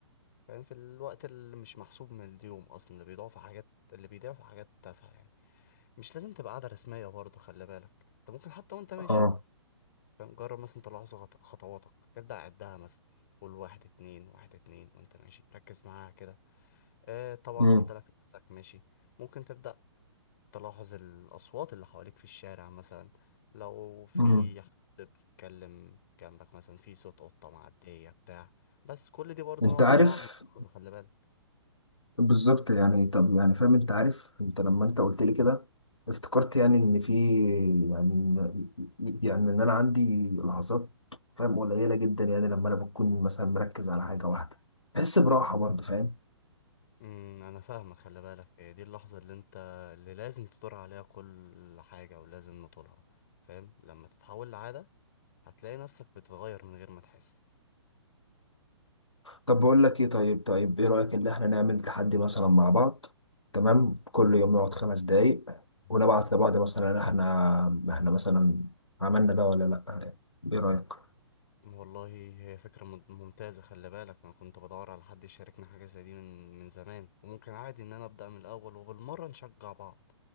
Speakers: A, on the left (about 40°); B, on the left (about 85°).
A: فاهم في الوقت اللي مش محسوب من اليوم اصلا اللي بيضيعوا في حاجات اللي بيضيعوا في حاجات تافهه يعني مش لازم تبقى قاعده رسميه برضه خلي بالك انت ممكن حتى وانت ماشي
B: اه
A: فاهم جرب مثلا تلاحظ خط- خطواتك ابدا عدها مثلا قول واحد اتنين واحد اتنين وانت ماشي ركز معاها كده آه طبعا
B: امم
A: قلت لك نفسك ماشي ممكن تبدا تلاحظ الاصوات اللي حواليك في الشارع مثلا لو في
B: امم
A: حد بيتكلم جنبك مثلا في صوت قطه معديه بتاع بس كل دي برضه
B: انت
A: نوع
B: عارف
A: انواع من الإنقاذ، خلي بالك
B: بالظبط يعني طب يعني فاهم انت عارف انت لما انت قلت لي كده افتكرت يعني ان في يعني إن- يعني ان انا عندي لحظات فاهم قليله جدا يعني لما انا بكون مثلا مركز على حاجه واحده بحس براحه برضه فاهم
A: امم انا فاهمك خلي بالك هي دي اللحظه اللي انت اللي لازم تدور عليها كل حاجه ولازم نطولها فاهم لما تتحول لعاده هتلاقي نفسك بتتغير من غير ما تحس
B: طب بقول لك ايه طيب طيب ايه رايك ان احنا نعمل تحدي مثلا مع بعض تمام كل يوم نقعد خمس دقايق
A: مم.
B: ونبعت لبعض مثلا احنا احنا مثلا عملنا ده ولا لا ايه رايك
A: والله هي فكره مم- ممتازه خلي بالك انا كنت بدور على حد يشاركني حاجه زي دي من من زمان وممكن عادي ان انا ابدا من الاول وبالمره نشجع بعض